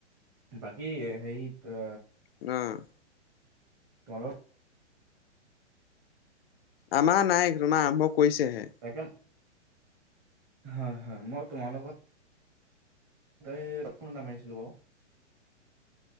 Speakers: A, on the right (about 30°); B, on the left (about 55°).
A: বাকী হেৰিত
B: উম।
A: তোমালোক
B: আমাৰ নাই, তোমাৰ আৰম্ভ কৰিছেহে।
A: তাকে হয়, হয়, মই তোমাৰ লগত <unintelligible> ফোনত <unintelligible>